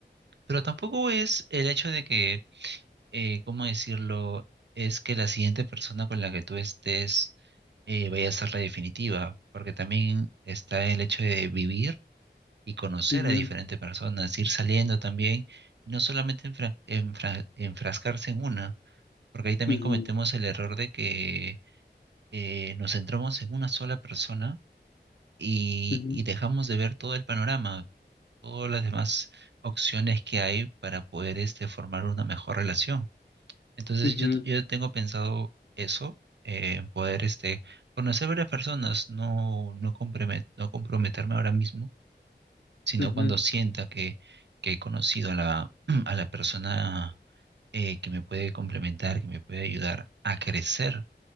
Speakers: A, on the right (about 70°); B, on the left (about 65°).
A: pero tampoco es el hecho de que, eh, ¿cómo decirlo? Es que la siguiente persona con la que tú estés eh, vaya a ser la definitiva, porque también está el hecho de vivir y conocer
B: Ujú,
A: a diferentes personas, ir saliendo también, y no solamente enfra- enfra- enfrascarse en una, porque ahí también
B: ujú,
A: cometemos el error de que eh, nos centramos en una sola persona y,
B: ujú,
A: y dejamos de ver todo el panorama, todas las demás opciones que hay para poder este, formar una mejor relación. Entonces
B: ujú,
A: yo, t- yo tengo pensado eso, eh, poder este, conocer varias personas, no, no compromet- no comprometerme ahora mismo sino
B: ujú,
A: cuando sienta que, que he conocido a la, <clears throat> a la persona eh, que me puede complementar, que me puede ayudar a crecer,